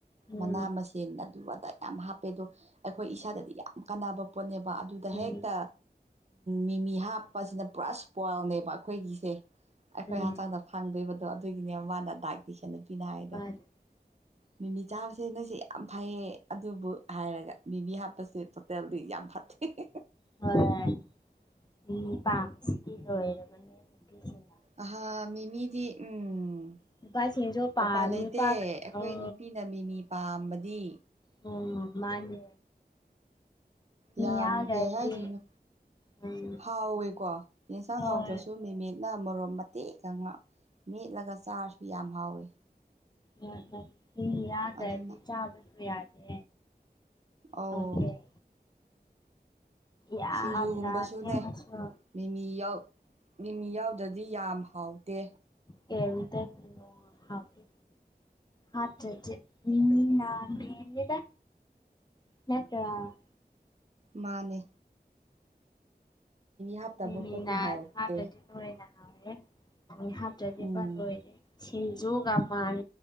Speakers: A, on the left; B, on the right.
A: ꯎꯝ
B: ꯃꯅꯥ ꯃꯁꯤꯡꯦꯟ ꯑꯗꯨ ꯑꯗ ꯌꯥꯝ ꯍꯥꯞꯄꯦ ꯑꯗꯣ ꯑꯩꯈꯣꯏ ꯏꯁꯥꯗꯗꯤ ꯌꯥꯝ ꯀꯥꯟꯅꯕ ꯄꯣꯠꯅꯦꯕ ꯑꯗꯨꯗ
A: ꯎꯝ
B: ꯍꯦꯛꯇ ꯃꯤꯃꯤ ꯍꯥꯞꯄꯁꯤꯅ ꯄꯨꯔꯥ ꯁ꯭ꯄ꯭ꯋꯥꯜꯅꯦꯕ ꯑꯩꯈꯣꯏꯒꯤꯁꯦ ꯑꯩꯈꯣꯏ
A: ꯎꯝ ꯎꯝ
B: ꯍꯛꯆꯥꯡꯗ ꯐꯪꯗꯣꯏꯕꯗꯣ ꯑꯗꯨꯒꯤꯅꯦ ꯃꯥꯅ ꯗꯥꯏ ꯇꯁꯦꯟꯅ ꯄꯤꯅ ꯍꯥꯏꯗꯣ
A: ꯃꯥꯅꯦ
B: ꯃꯤꯃꯤ ꯆꯥꯕꯁꯦ ꯅꯣꯏꯁꯦ ꯌꯥꯝ ꯐꯩꯌꯦ ꯑꯗꯨꯕꯨ ꯍꯥꯏꯔꯒ ꯃꯤꯃꯤ ꯐꯁꯤ ꯇꯣꯇꯦꯜꯗꯤ ꯌꯥꯝ ꯐꯥ <unintelligible>
A: ꯍꯣꯏꯣ ꯃꯤ ꯄꯥꯝꯕꯁꯤꯗꯤ ꯂꯣꯏꯔꯕꯅꯦ ꯅꯨꯡꯄꯤꯁꯤꯡ
B: ꯑꯍꯥ ꯃꯤꯃꯤꯗꯤ ꯎꯝ
A: ꯅꯨꯄꯥꯁꯤꯡꯁꯨ ꯄꯥꯝꯃꯤ
B: ꯑꯣꯏꯄꯥ ꯂꯩꯇꯦ
A: ꯄꯥꯛ
B: ꯑꯩꯈꯣꯏ
A: ꯑꯣ
B: ꯅꯨꯄꯤꯅ ꯃꯤꯃꯤ ꯄꯥꯝꯕꯗꯤ
A: ꯎꯝ ꯃꯥꯟꯅꯤ
B: ꯌꯥꯝ
A: ꯌꯥꯎꯗ꯭ꯔꯗꯤ
B: ꯀꯩ ꯍꯥꯏꯗꯣꯏꯅꯣ
A: ꯎꯝ
B: ꯍꯥꯎꯋꯦꯀꯣ ꯌꯦꯟꯁꯥꯡ
A: ꯍꯣꯏ
B: ꯍꯥꯎꯇ꯭ꯔꯁꯨ ꯃꯦꯃꯤꯠ ꯅ ꯃꯣꯔꯣꯟ ꯃꯇꯦꯛ ꯈꯉ ꯃꯦꯠꯂꯒ ꯆꯥꯔꯁꯨ ꯌꯥꯝ ꯍꯥꯎꯋꯤ
A: ꯌꯥꯗꯦ ꯃꯤꯃꯤ ꯌꯥꯎꯗ꯭ꯔꯗꯤ
B: ꯑꯗꯨꯅ
A: ꯆꯥꯕꯁꯨ ꯌꯥꯗꯦ
B: ꯑꯧ
A: ꯍꯧꯖꯤꯛ ꯌꯥꯝꯅ
B: ꯁꯤꯡꯖꯨꯒꯨꯝꯕꯁꯨꯅꯦ
A: ꯊꯦꯡꯅꯁꯨ
B: ꯃꯤꯃꯤ ꯌꯥꯎ ꯃꯤꯃꯤ ꯌꯥꯎꯗ꯭ꯔꯗꯤ ꯌꯥꯝ ꯍꯥꯎꯇꯦ
A: ꯀꯩꯝꯇ ꯀꯤꯅꯣ ꯍꯥꯎꯇꯦ ꯍꯥꯞꯇ꯭ꯔꯗꯤ ꯃꯤꯃꯤꯅ ꯃꯦꯟꯅꯤꯗ ꯅꯠꯇ꯭ꯔꯥ
B: ꯃꯥꯟꯅꯦ ꯍꯥꯞꯇꯕ
A: ꯃꯤꯃꯤꯅ
B: ꯄꯣꯠꯇꯤ ꯍꯥꯎꯇꯦ
A: ꯍꯥꯞꯇ꯭ꯔꯗꯤ ꯂꯣꯏꯅ ꯍꯥꯎꯔꯦ ꯃꯤꯃꯤ ꯍꯥꯞꯇ꯭ꯔꯗꯤ
B: ꯎꯝ
A: ꯚꯥ ꯂꯣꯏꯔꯦ ꯁꯤꯟꯖꯨꯒ ꯃꯥꯟ